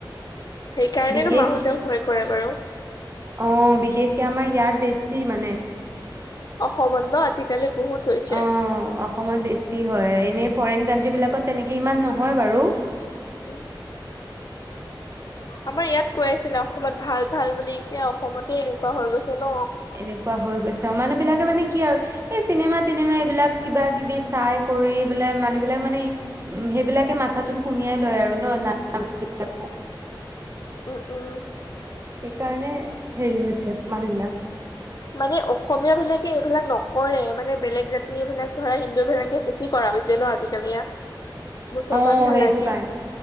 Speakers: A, on the left (about 50°); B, on the right (about 35°).
A: সেইকাৰণো
B: বিশেষ
A: মাহোতে ভয় কৰে বাৰু
B: অ বিশেষকে আমাৰ ইয়াত বেছি মানে
A: অসমত ন আজিকালি বহুত হৈছে
B: অ অসমত বেছি হয় এনে ফৰেইন কাণ্ট্ৰ্ৰী বিলাকত তেনেকে ইমান নহয় বাৰু
A: অ আমাৰ ইয়াত কৈ আছিলে অসমত ভাল ভাল বুলি এতিয়া অসমতে এনেকুৱা হৈ গৈছে ন।
B: এনেকুৱা হৈ গৈছে অ মানে বিলাকে মানে কি আৰু এই চিনেমা তিনেমা এইবিলাক কিবা কিবি চাই কৰি বোলে মানুহ বিিলাক মানে উম সেইবিলাকে মাথাটোত সুমিয়াই লয় আৰু ন নস্তুাক
A: উম উম
B: সেইকাৰণে হেৰি হৈছে মানুহবিলাক
A: মানে অসমীয়া বিলাকে এইবিলাক নকৰে মানে বেলেগ জাতি এই বিলাক ধৰা হিন্দু বিলাকে বেছি কৰা ভাবিছে ন আজিকালি ই মুছলমান
B: অ
A: ভালকে
B: সেইটো কাৰণে